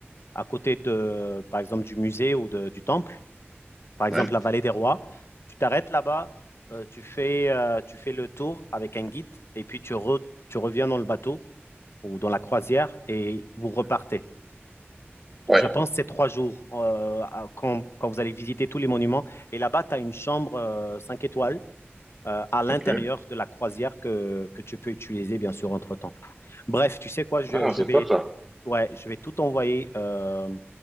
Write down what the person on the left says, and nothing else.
à côté de, par exemple, du musée ou de- du temple, par exemple,
la vallée des rois. Tu t'arrêtes là-bas, euh, tu fais, euh, tu fais le tour avec un guide et puis tu, re- tu reviens dans le bateau ou dans la croisière et vous repartez.
Je pense que c'est trois jours euh, à- quand, quand vous allez visiter tous les monuments. Et là-bas, tu as une chambre euh, cinq étoiles euh, à l'intérieur
de la croisière que, que tu peux utiliser, bien sûr, entre-temps. Bref, tu sais quoi, je,
je
vais,
ouais, je vais tout envoyer euh,